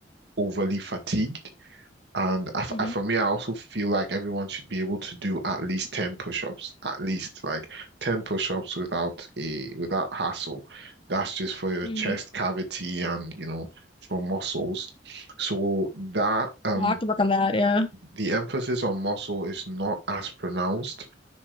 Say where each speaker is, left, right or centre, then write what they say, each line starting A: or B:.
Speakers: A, on the right (about 65°); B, on the left (about 30°).
A: overly fatigued. And I f
B: hmm
A: I for me, I also feel like everyone should be able to do at least 10 push-ups, at least like 10 push-ups without a without hassle. That's just for your
B: mm
A: chest cavity and, you know, for muscles. So that um
B: I'll have to work on that. Yeah.
A: the emphasis on muscle is not as pronounced,